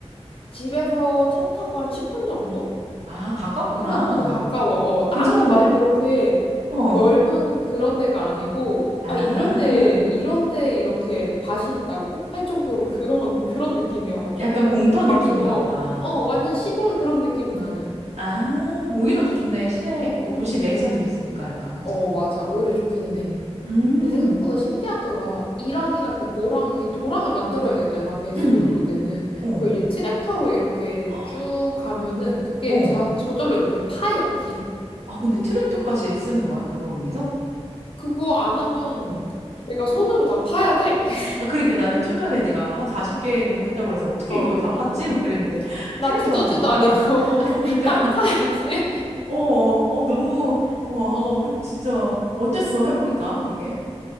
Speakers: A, on the left; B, on the right.
A: 집에서 차 타고 한 10분 정도?
B: 아, 가깝구나.
A: 생각보다 가까워. 어, 땅이
B: 괜찮은데?
A: 막 그렇게
B: 어.
A: 넓은 그런 데가 아니고,
B: 아,
A: 아, 이런 데, 이런 데 이렇게 밭이 있다고? 할 정도로 그런, <laughs> 그런 느낌이어가지고,
B: 약간 공터 느낌인가
A: 막 그, 어,
B: 보다.
A: 어, 완전 시골 그런 느낌은 아니야.
B: 아, 오히려 더 좋네. 시내, 고-
A: 응,
B: 도시
A: 응,
B: 내에서
A: 응.
B: 할 수 있으니까 약간, 그지?
A: 어, 맞아. 오히려 좋기는 해.
B: 음,
A: 근데 생각보다 신기하더라. 이랑이랑 그 고랑, 이 도랑을 만들어야 되잖아. 배수로
B: 음,
A: 되는.
B: 어.
A: 그 이제 트랙터로 이렇게
B: 헉,
A: 쭉 가면은 그게
B: 어.
A: 자, 저절로 이렇게 파여, 길이.
B: 아, 근데 트랙터까지 쓰는 거야? 그거 위해서?
A: 그거 안 하면 내가 손으로 다 파야 돼. <laughs>
B: 아, 그러니까 나는 좀 전에 네가 한 40개 정도 했다고 그래서 어떻게
A: 어,
B: 이걸 다
A: 어.
B: 팠지? 막 그랬는데
A: 음,
B: <laughs>
A: 나
B: 트랙터를
A: 두더지도
B: 한 거구나.
A: 아니고
B: 아, 그러니까
A: <laughs> 땅 파야 돼.
B: 어, 어, 너무,
A: <laughs>
B: 와,
A: 어.
B: 그, 진짜, 어땠어? 해보니까, 이게?